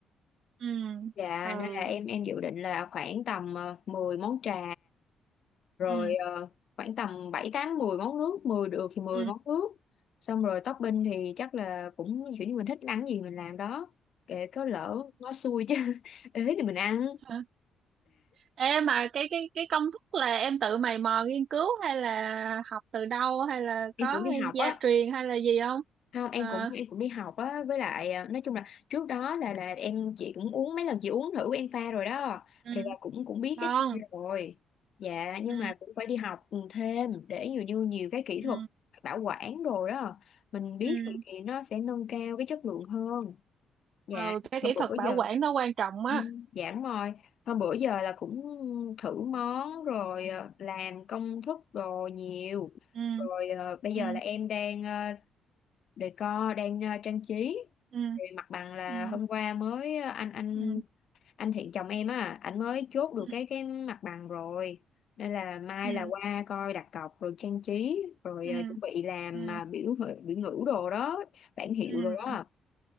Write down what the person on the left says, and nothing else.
Dạ
nên là em em dự định là khoảng tầm ờ, 10 món trà rồi
ờ, khoảng tầm 7 8 10 món nước, 10 được thì mười
món nước. Xong rồi topping thì chắc là cũng kiểu như mình thích ăn gì mình làm đó. Kệ có lỡ nó xui chứ <laughs> ế thì mình ăn.
Em
cũng đi học
á
không em
cũng em cũng đi học á với lại à, nói chung là trước đó là là em chị cũng uống mấy lần chị uống thử em pha rồi đó
thì là cũng cũng biết
cái pha rồi dạ nhưng
mà cũng phải đi học ừ, thêm để nhiều như nhiều cái kỹ
thuật bảo quản đồ đó mình biết
thì, thì nó sẽ nâng cao cái chất lượng hơn dạ
hôm bữa
giờ
Ừ, Dạ đúng rồi Hôm bữa giờ là cũng thử món Rồi ờ, làm công thức đồ nhiều
Rồi ờ, bây
giờ là em đang ờ, decor đang ờ, trang trí
thì mặt bằng là
hôm qua mới ờ, anh anh
anh Thiện chồng em á ảnh mới chốt được
cái cái mặt bằng rồi nên là mai
là qua coi đặt cọc rồi trang trí rồi
ờ, chuẩn bị làm
mà biểu ngữ- biểu ngữ đồ đó bảng hiệu
rồi đó